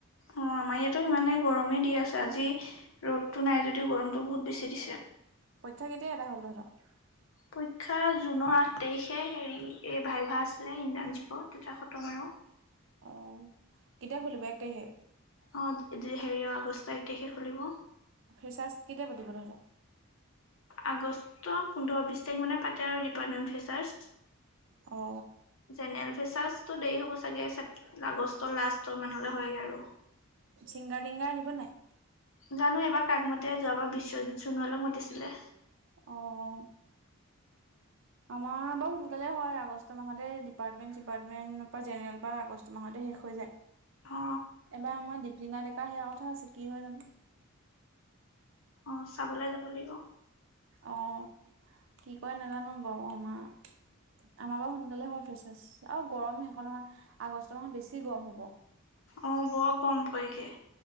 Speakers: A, on the left (about 65°); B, on the right (about 60°).
A: অ আমাৰ ইয়াতো ইমানেই গৰমেই দি আছে, আজি ৰ'দতটো নাই যদিও গৰমতটো বহুত বেছি দিছে।
B: পৰীক্ষা কেতিয়া <unintelligible>
A: পৰীক্ষা জুনৰ আঠ তাৰিখে হেৰি এই ভাই ভা আছিলে ইণ্টাৰ্ণশ্বিপৰ তেতিয়া খতম আৰু।
B: অ কেতিয়া খুলিব এক তাৰিখে?
A: অ হেৰি আগষ্ট এক তাৰিখে খুলিব।
B: ফ্ৰেছাৰ্ছ কেতিয়া পাতিব তহঁতক?
A: আগষ্ট পোন্ধৰ বিছ তাৰিখ মানে পাতে আৰু ডিপাৰ্টমেণ্ট ফেচাৰ্ছ।
B: অ।
A: জেনেৰেল ফেচাচ টো দেৰি হ'ব চাগে? চেপ আগষ্টৰ লাষ্টৰ মানলে হয়গে আৰু।
B: চিংগাৰ তিংগাৰ আহিব নাই?
A: জানো এইবাৰ কাক মাতে যোৱাবাৰ বিশ্বজিত সোণোৱালক মাতিছিলে।
B: আহ। আমাৰ বাৰু সোনকালে হয়, আগষ্ট মাহতে ডিপাৰ্টমেণ্ট চিপাৰ্টমেণ্ট পা জেনেৰেল পা আগষ্ট মাহতে শেষ। হৈ যায়,
A: অ
B: এবাৰ আমাৰ দীপলীনা ডেকা সিয়াৰ কথা আছে কি হয় জানো?
A: অ চাবলে যাব লাগিব।
B: অঁ কি কয় নাজানো বাও? আমা আমাৰ বাৰু সোনকালে হয় ফ্ৰেছাৰ্ছ আৰু গৰম সেইখন হয় আগষ্ট মাহত বেছি গৰম হ'ব।
A: অ বৰ গম পয়গে।